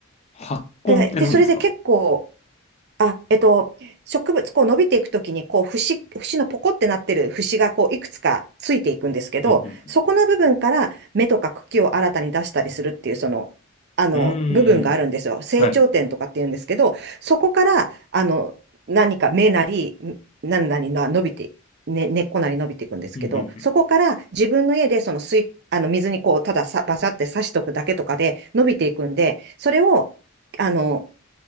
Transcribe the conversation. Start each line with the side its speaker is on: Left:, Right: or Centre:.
Left: 発根って何ですか
Right: で、で、それで結構あ、えっと、植物、こう伸びていくときに、こう、節、節のポコってなってる節が、こう、いくつかついていくんですけど、
Left: うんうん
Right: そこの部分から芽とか茎を新たに出したりするっていう、その、あの、
Left: うん。うーん。
Right: 部分があるんですよ。成長点とかっていうんですけど、
Left: はい。
Right: そこから、あの、何か芽なり、何々な伸びて、ね、根っこなり伸びていくんですけど、
Left: うんうんう
Right: そこから自分の家で、その水、あの、水にこう、たださ、バサって刺しとくだけとかで伸びていくんで、それを、あの、